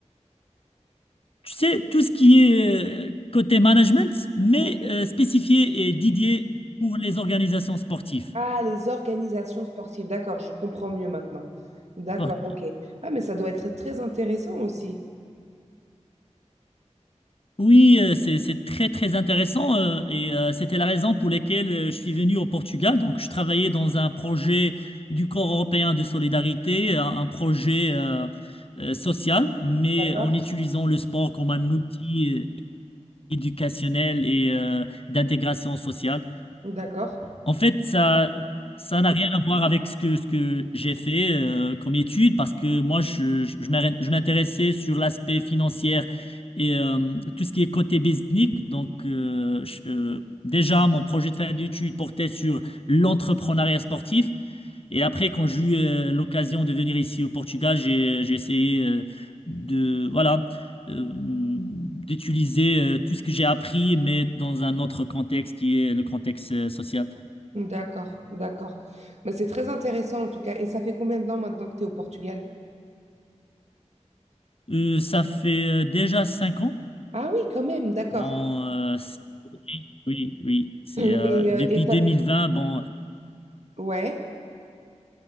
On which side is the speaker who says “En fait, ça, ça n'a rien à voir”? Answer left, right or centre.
Left